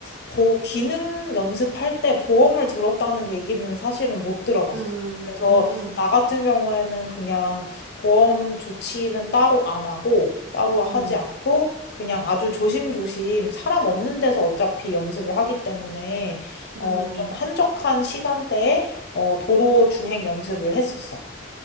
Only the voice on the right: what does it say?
음,
음,
음,
음.